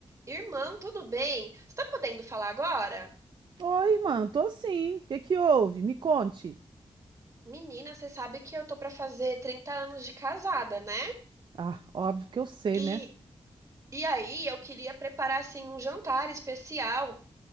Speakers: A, on the right; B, on the right.
A: Irmã, tudo bem? Você tá podendo falar agora?
B: Oi, mano. tô sim. O que que houve? Me conte.
A: Menina, você sabe que eu tô pra fazer 30 anos de casada, né?
B: Ah, óbvio que eu sei,
A: E,
B: né?
A: e aí eu queria preparar assim um jantar especial,